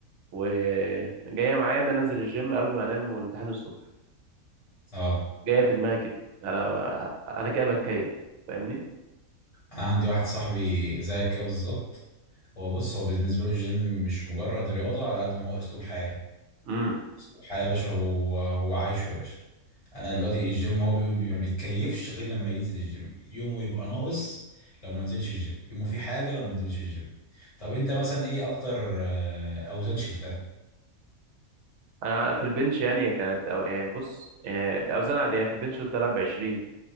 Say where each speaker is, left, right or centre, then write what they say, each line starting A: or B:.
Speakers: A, on the right (about 65°); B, on the left (about 30°).
A: وجايه معايا ان انا انزل الجيم قبل ما انام والامتحان الصبح
B: اه
A: جايه في دماغي كده انا انا كده بتكيف فاهمني
B: أنا عندي واحد صاحبي زيك كده بالظبط هو بص هو بالنسبة له الجيم مش مجرد رياضة على قد ما هو أسلوب حياة
A: امم
B: أسلوب حياة يا باشا هو هو عايشه يا باشا أنا دلوقتي الجيم هو بي- بي- ما بيتكيفش غير لما ينزل الجيم يومه يبقى ناقص لو ما نزلش الجيم يومه فيه حاجة لو ما نزلش الجيم طب أنت مثلا إيه أكتر آه، أوزان شلتها؟
A: انا في البنش يعني كانت أو... يعني بص يعني اوزان عاديه يعني في البنش كنت العب ب 20